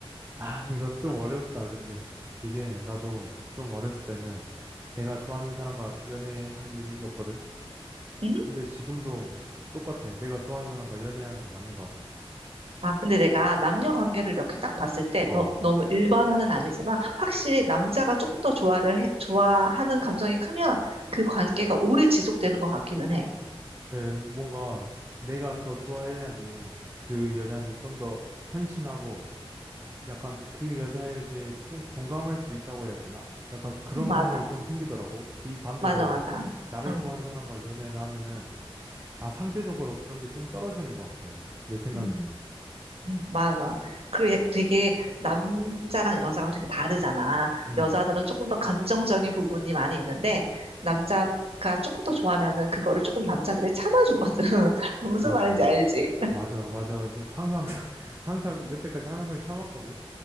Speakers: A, on the right; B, on the right.
A: 아, 이거 좀 어렵다. 근데 이게 나도 좀 어렸을 때는 내가 좋아하는 사람과 연애하기였거든.
B: 음?
A: 근데 지금도 똑같아. 내가 좋아하는 사람과 연애하는 게 맞는 것 같아.
B: 아, 근데 내가 남녀 관계를 이렇게 딱 봤을 때
A: 어,
B: 너, 너무 일반화는 아니지만 확실히 남자가 조금 더 좋아를 해- 좋아하는 감정이 크면 그 관계가 오래 지속되는 것 같기는 해.
A: 그래, 뭔가 내가 더 좋아해야지 그 여자한테 좀 더 헌신하고 약간 그 여자에 대해 좀 공감할 수 있다고 해야 되나? 약간 그런
B: 음, 맞아.
A: 감정이 좀 생기더라고. 이 반대로
B: 맞아, 맞아.
A: 나를
B: 어.
A: 좋아하는 사람과 연애를 하면은 아, 상대적으로 그런 게 좀 떨어지는 것 같아. 내 생각에는.
B: 음. 음, 맞아. 그 되게 남자랑 여자랑 되게 다르잖아.
A: 음,
B: 여자들은 조금 더 감정적인 부분이 많이 있는데 남자가 조금 더 좋아하면은 그거를 조금 남자들이 참아주거든. <laughs> 무슨
A: 맞아,
B: 말인지
A: 맞아.
B: 알지?
A: 맞아, 맞아. 항상, <laughs> 항상, 여태까지 항상 참았거든.